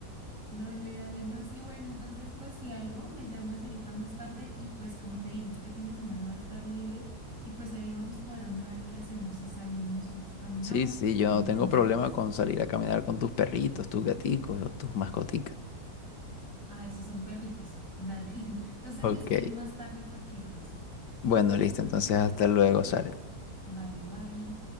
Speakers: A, on the right; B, on the left.
A: Dale, dale, no, sí, bueno, entonces pues si algo me llamas ahorita más tarde y pues como te digo, este fin de semana va a estar libre y pues ahí vamos cuadrando a ver qué hacemos, si salimos o caminamos
B: Sí, sí,
A: o si de
B: yo
A: pronto
B: no tengo
A: vemos
B: problema
A: pelis.
B: con salir a caminar con tus perritos, tus gaticos o tus mascoticas.
A: Ah, esos son perritos. Dale. <laughs> Entonces
B: Ok.
A: me escribes más tarde cualquier cosa.
B: Bueno, listo, entonces hasta luego, Saret.
A: Vale, bye.